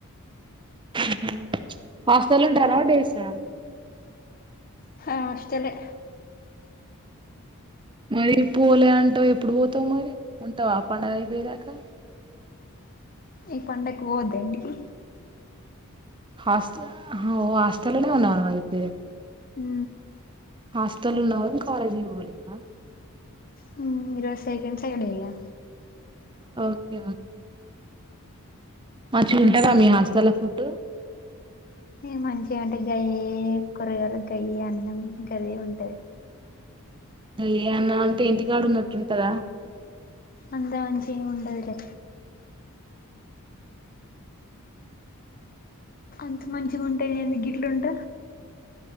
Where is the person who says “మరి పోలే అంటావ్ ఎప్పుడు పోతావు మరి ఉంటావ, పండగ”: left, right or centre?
Right